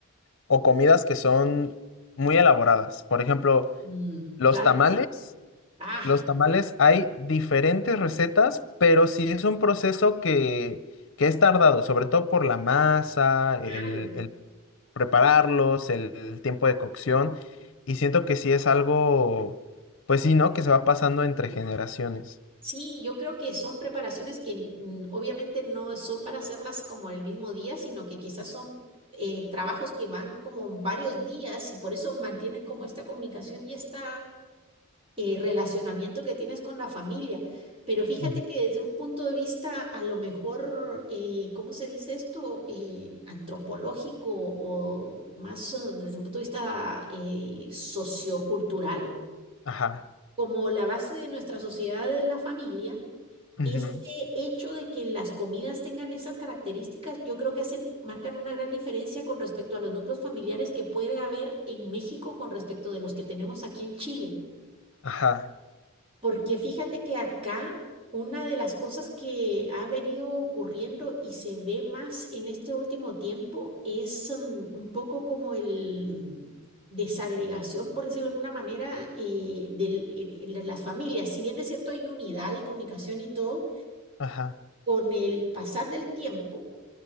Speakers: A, on the left (about 60°); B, on the right (about 25°).
A: o comidas que son muy elaboradas. Por ejemplo,
B: mm,
A: los
B: claro,
A: tamales.
B: ah,
A: Los tamales hay diferentes recetas, pero sí es un proceso que, que es tardado, sobre todo por la masa, el,
B: claro.
A: el prepararlos, el tiempo de cocción, y siento que sí es algo, pues sí, ¿no? Que se va pasando entre generaciones.
B: Sí, yo creo que son preparaciones que mm, obviamente no son para hacerlas como el mismo día, sino que quizás son eh, trabajos que van como varios días y por eso mantienen como esta comunicación y este relacionamiento que tienes con la familia. Pero fíjate
A: Ujú.
B: que desde un punto de vista a lo mejor, eh, ¿cómo se dice esto? Eh, antropológico o más eh, desde un punto de vista eh, sociocultural,
A: Ajá,
B: como la base de nuestra sociedad es la familia.
A: ujú,
B: Este hecho de que las comidas tengan esas características, yo creo que hacen, marcan una gran diferencia con respecto a los núcleos familiares que puede haber en México con respecto de los que tenemos aquí en Chile.
A: Ajá,
B: Porque fíjate que acá una de las cosas que ha venido ocurriendo y se ve más en este último tiempo es mm, un poco como el mm, desagregación, por decirlo de alguna manera, eh, del- eh, de las familias. Si bien es cierto, hay unidad y comunicación y todo
A: ajá,
B: con el pasar del tiempo